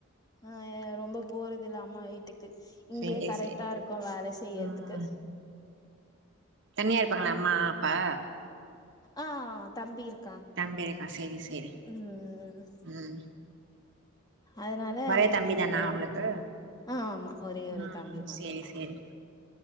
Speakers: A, on the left; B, on the right.
A: ஆ ரொம்ப போறது இல்ல அம்மா வீட்டுக்கு இங்கயே
B: சேரி
A: கரெக்ட்டா
B: சேரி
A: இருக்கு வேலை செய்யறதுக்கு
B: ம் தனியா இருப்பாங்களா அம்மா அப்பா
A: ஆ தம்பி இருக்
B: தம்பி இருக்கா சேரி சேரி
A: ம்
B: ம்
A: அதனால
B: ஒரே தம்பி
A: நம்மளுக்கு
B: தானா
A: எத
B: உங்களுக்கு
A: ஆ ஆமா ஒரே ஒரு
B: ம்
A: தம்பி மட்டு
B: சேரி
A: தா
B: சேரி